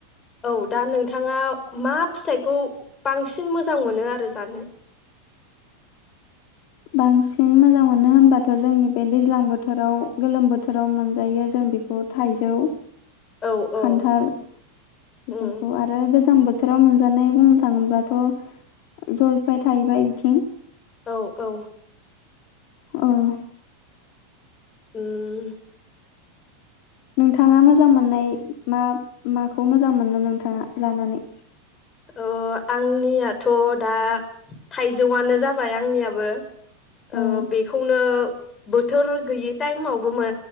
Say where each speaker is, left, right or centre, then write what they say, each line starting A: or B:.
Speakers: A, on the left; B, on the left.
A: औ दा नोंथाङा मा फिथाइखौ बांसिन मोजां मोनो आरो जानो
B: बांसिन मोजां मोनो होनबाथ' जोंनि बे दैज्लां बोथोराव, गोलोम बोथोराव मोनजायो जों बेखौ थाइजौ
A: औ औ
B: खान्थाल बेफोरखौ
A: उम
B: आरो बे जां बोथोराव मोनजानाय बुंनो थाङोब्लाथ' जलपाय थाहैबाय बिथिं
A: औ औ
B: ओम
A: ओम
B: नोंथाङा मोजां मोननाय मा माखौ मोजां मोनो नोंथाङा जानानै
A: अ आंनियाथ' दा थाइजौआनो जाबाय आंनियाबो
B: औ
A: ओ बेखौनो बोथोर गैयि टाइमावबो मो